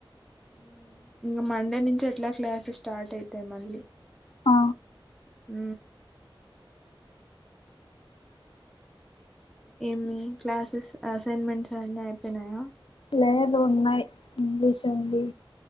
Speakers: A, in the centre; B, on the left (about 75°).
A: మ్మ్. ఇంకా మండే నుంచి ఎట్లా క్లాసెస్ స్టార్ట్ అయితాయి మళ్ళీ
B: ఆ
A: ఉ ఏమి క్లాసెస్ అసైన్మెంట్స్ అన్నీ అయిపోయినాయా
B: లేదు ఉన్నాయ్ ఇంగ్లీషు ఉంది